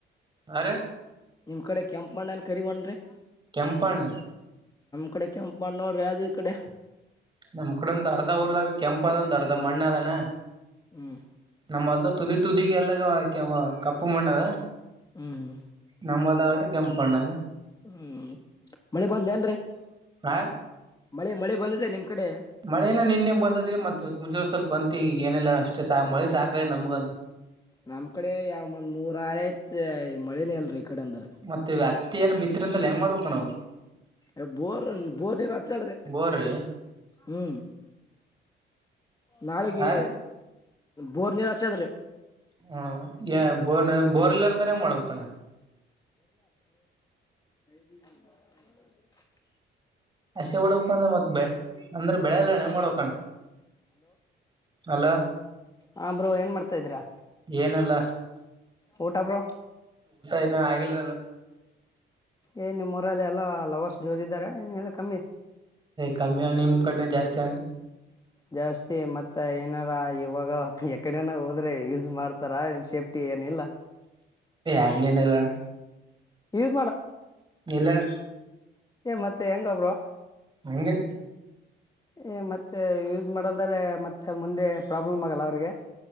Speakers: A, on the right (about 25°); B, on the left (about 20°).
A: ಅರೆ
B: ನಿಮ್ ಕಡೆ ಕೆಂಪ್ಮನ್ ಅಥವಾ ಕರಿಮಂಡ್ರಿ
A: ಕೆಂಪ ಅಣ್ಣ
B: ಕಡೆ ಕೆಂಪ್ಣ್ಣರೋ ಯಾದ್ಗೀರ್ ಕಡೆ
A: ನಮ್ ಕಡೆ ಒಂದಂದು ಅರ್ಧ ಊರ್ದಾಗ ಕೆಂಪ ಅದ ಒಂದು ಅರ್ಧ ಮಣ್ಣ ಅ ಹ <unintelligible>
B: ಹ್ಮ
A: ನಮ್ಮಲ್ಲ ತುದಿ ತುದಿಗೆ ಎಲ್ಲ ಕಪ್ಪು ಮಣ್ಣದ
B: ಹ್ಮ್್ಮ
A: ನಮ್ಮದಗಟ ಕೆಂಪುಣ್ಣದ
B: ಹ್ಮ್ ಮಳೆ ಬಂದೆ ಅಲ್ರರಿ
A: ಆಾ್ <unintelligible>
B: ಮಳೆ ಮಳೆ ಬಂದಿದೆ ನಿಮ್ ಕಡೆ
A: ಮಳೆನ ನಿನ್ನೆ ಬಂದಾದ್ರೆ ಮತ್ತತ್ ಮುಂಜ ಸ್ವಲ್ಪ ಬಂತಿ ಏನಿಲ್ಲ ಅಷ್ಟೇ ಸಾಕ ಮ ಸಾಕಳ ನಂಗಂತೂ
B: ನಮ್ ಕಡೆ ಯಾವ ಮಂದ್ ಮೂರ ಆರು ಐತ್ ಮಳನೇ ಅಲ್ರಿ ಕಡೆ ಅಂದ್ರ
A: ಮತ್ತೆ ಅತ್ತಿ ಏನ್ ಬಿತ್ ಅಂತಲ್ಲ ಹೆಂಗ್ ಮಾಡ್ಬೇಕಣ ನಾವು
B: ಎ ಬೋರ್ ಬೋರ್ ನೀರ್ ಹಚ್ಚಾದ್ರೆ
A: ಬೋರಿ
B: ಹ್ಮ್ ನಾಳೆಗೆ
A: ಹ
B: ಬೋರ್ ನೀರ್ ಹಚ್ಚಾದ್ರೆ
A: ಹ್ಮ ಬೋರ್ ಬೋರ್ಲ್ಲರ್ತಾರ ಹೆಂಗ ಮಾಡ್ಬೇಕಣ್ಣ
B: ಹ್ಮ ಹ
A: ಹಸೆ ಹೊಡಕಂದ್ರೆ ಮತ್ತತ್ ಬೆ ಅಂದ್ರೆ ಬೆಳೆಲ್ಲಣ ಹೆಂಗ್ ಮಾಡಬೇಕಣ ಹಲೋ
B: ಹಾ ಬ್ರೋ ಏನ್ ಮಾಡ್ತಾ ಇದೀರಾ
A: ಏನಿಲ್ಲ
B: ಊಟ ಬ್ರೋ
A: ಇನ ಆಗಿಲ್ಲ
B: ಏ ನಿಮ್ಮ್ ಊರಲ್ಲಿ ಎಲ್ಲಾ ಲವರ್ಸ್ ಜೋರ ಇದ್ದಾರೆ ನ್ ಎಲ್ಲ ಕಮ್ಮಿ
A: ಕಮ್ಮಿ ನಿಮ್ ಕಡ ಜಾಸ್ತಿ ಆಣ
B: ಜಾಸ್ತಿ ಮತ್ತ ಏನಾರ ಇವಾಗ ಎಕಡೆನ ಹೋದ್ರೆ ಯೂಸ್ ಮಾಡ್ತಾರ ಸೇಫ್ಟಿ ಏನಿಲ್ಲ
A: ಅಂಗಗೆನಿಲ್ಲಣ
B: ಇ <inaudible>
A: ಇಲ್ಲಣ್ಣ
B: ಏ ಮತ್ತೆ ಹೆಂಗಬ್ರು
A: ಹಂಗೆ
B: ಏ ಮತ್ತೆ ಯೂಸ್ ಮಾಡಲ್ದ್ರ ಮತ್ತೆ ಮುಂದೆ ಪ್ರಾಬ್ಲಮ್ ಆಗಲ್ಲ ಅವ್ರಿಗೆ